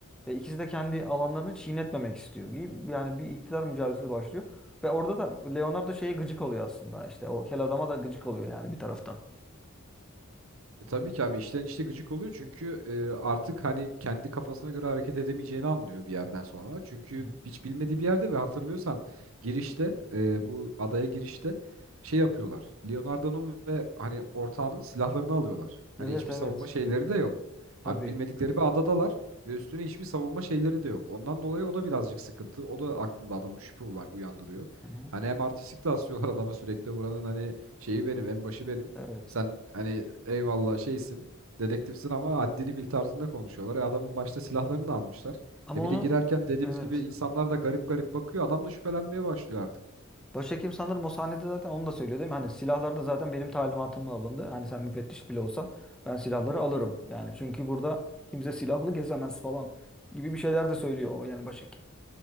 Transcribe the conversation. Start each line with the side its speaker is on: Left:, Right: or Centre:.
Centre: ve ikisi de kendi alanlarını çiğnetmemek istiyor. Bir- Yani bir iktidar mücadelesi başlıyor ve orada da Leonardo şeye gıcık oluyor aslında. İşte o kel adama da gıcık oluyor yani bir taraftan.
Right: E, tabii ki abi işten işte gıcık oluyor çünkü e, artık hani kendi kafasına göre hareket edemeyeceğini anlıyor bir yerden sonra. Çünkü
Centre: Hı hı.
Right: hiç bilmediği bir yerde ve hatırlıyorsan girişte e, bu adaya girişte şey yapıyorlar. Leonardo'nun ve hani ortağının silahlarını alıyorlar. Hani
Centre: Evet
Right: hiçbir
Centre: evet.
Right: savunma şeyleri de yok.
Centre: Tabii.
Right: Abi bilmedikleri bir adadalar ve üstüne hiçbir savunma şeyleri de yok. Ondan dolayı o da birazcık sıkıntı. O da aklında adamın şüphe ula- uyandırıyor.
Centre: Hı hı.
Right: Hani hem artistik de asıyorlar adama sürekli buranın hani şeyi benim en başı benim.
Centre: Evet.
Right: Sen hani eyvallah şeysin, dedektifsin ama haddini bil tarzında konuşuyorlar. E adamın başta silahlarını da almışlar.
Centre: Ama
Right: E
Centre: onu
Right: bir de girerken dediğimiz
Centre: evet.
Right: gibi insanlar da garip garip bakıyor. Adam da şüphelenmeye başlıyor artık.
Centre: Başhekim sanırım o sahnede zaten onu da söylüyor değil mi? Hani silahlar da zaten benim talimatımla alındı. Hani sen müfettiş bile olsan ben silahları alırım. Yani çünkü burada kimse silahlı gezemez falan gibi bir şeyler de söylüyor o yani başhekim.